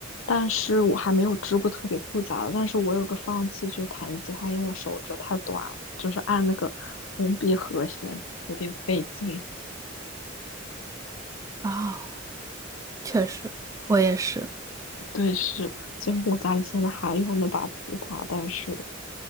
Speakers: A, on the left; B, on the right.
A: 但是我还没有织过特别复杂的。但是我有个放弃，就是弹吉他，因为我手指太短了，就是按那个封闭和弦有点费劲。
B: 啊、确实，我也是。
A: 对，是，虽然我家里现在还有那把吉他，但是